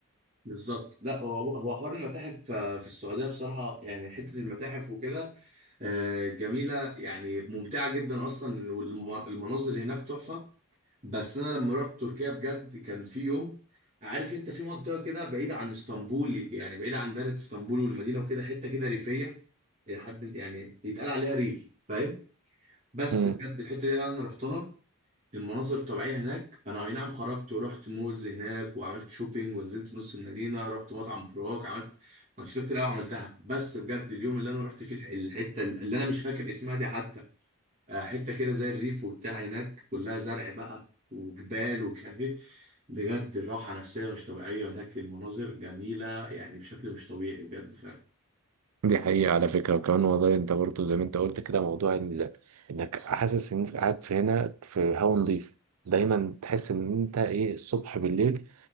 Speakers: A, on the right; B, on the right.
A: بالظبط لا هو هو حوار المتاحف آه، في السعودية بصراحة يعني حتة المتاحف وكده آه، جميلة يعني ممتعة جدا أصلا والمناظر هناك تحفة بس انا لما رحت تركيا بجد كان في يوم عارف انت في منطقه كده بعيده عن اسطنبول يعني بعيده عن دايره اسطنبول والمدينه وكده حته كده ريفيه الى حد يعني يتقال عليها ريف فاهم بس
B: مم.
A: بجد الحته دي انا رحتها المناظر الطبيعيه هناك انا اي نعم خرجت ورحت مولز هناك وعملت شوبينج ونزلت نص المدينه رحت مطعم براك عملت انشطه كتير قوي عملتها بس بجد اليوم اللي انا رحت فيه الح- الحته اللي انا مش فاكر اسمها دي حتى آه، حته كده زي الريف وبتاع هناك كلها زرع بقى وجبال ومش عارف ايه بجد الراحه نفسيه مش طبيعيه هناك المناظر جميله يعني بشكل مش طبيعي بجد فعلا
B: دي حقيقة على فكرة وكمان والله انت برضه زي ما انت قلت كده موضوع ال- انك حاسس انك قاعد في هنا في هوا نضيف دايما تحس ان انت ايه الصبح بالليل